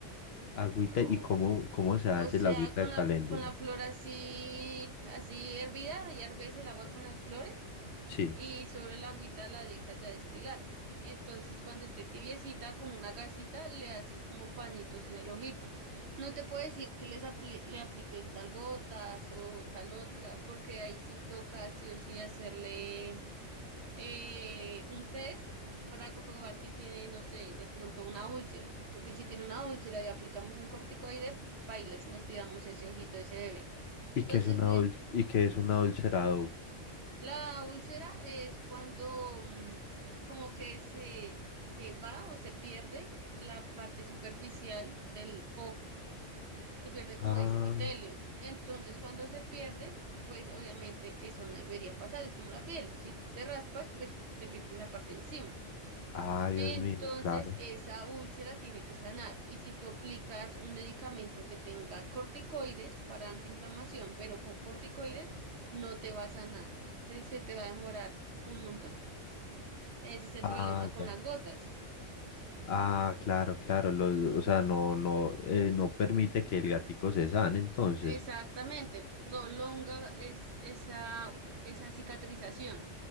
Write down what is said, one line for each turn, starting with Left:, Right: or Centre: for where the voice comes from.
Left: Agüita
Right: o,
Left: y cómo, cómo se hace
Right: o sea,
Left: la agüita
Right: con
Left: de caléndula.
Right: la, con la flor así, así hervida, y herves el agua con las flores
Left: Sí.
Right: y sobre la agüita la dejas ya destilar. Entonces, cuando esté tibiecita, con una gasita le haces como pañitos en el ojito. No te puedo decir que les apli- le apliques tal gotas o tal otra, porque ahí sí toca sí o sí hacerle eh, un test para comprobar si tiene, no sé, de pronto una úlcera, porque si tiene una úlcera y aplicamos un corticoide, bailes, nos tiramos ese ojito de ese bebé.
Left: ¿Y
Right: Entonces,
Left: qué es una
Right: Lu-
Left: dul- y qué es una adulcerado?
Right: la úlcera es cuando mm, como que se, se va o se pierde la parte superficial del ojo, se pierde como
Left: Ah,
Right: ese epitelio. Entonces, cuando se pierde, pues obviamente eso no debería pasar, es como la piel, si tú te raspas, pues te pierdes la parte de encima.
Left: ah, Dios
Right: Entonces,
Left: mío, claro.
Right: esa úlcera tiene que sanar. Y si tú aplicas un medicamento que tenga corticoides para antiinflamación, pero con corticoides no te va a sanar. Te- se te va a demorar un montón. Ese es el
Left: Ah,
Right: problema con
Left: ya.
Right: las gotas.
Left: Ah, claro, claro. lo- o sea, no, no, eh, no permite que el gatico se sane entonces.
Right: Exactamente, prolonga es, esa, esa cicatrización.